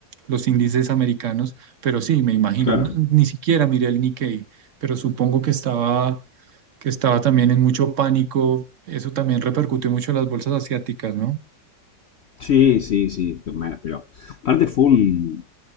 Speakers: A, on the right (about 60°); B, on the left (about 75°).
A: los índices americanos, pero sí, me imagino,
B: Claro.
A: n- ni siquiera miré el Nikkei, pero supongo que estaba, que estaba también en mucho pánico, eso también repercutió mucho en las bolsas asiáticas, ¿no?
B: Sí, sí, sí. Bueno, pero aparte fue un,